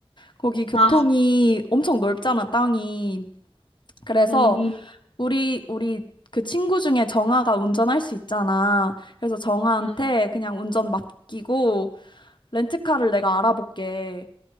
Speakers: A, on the left; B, on the left.
A: 거기 교통이
B: 아,
A: 엄청 넓잖아, 땅이. 그래서,
B: 음, 음,
A: 우리, 우리 그 친구 중에 정아가 운전할 수 있잖아. 그래서 정아한테
B: 음.
A: 그냥 운전 맡기고, 렌트카를 내가 알아볼게.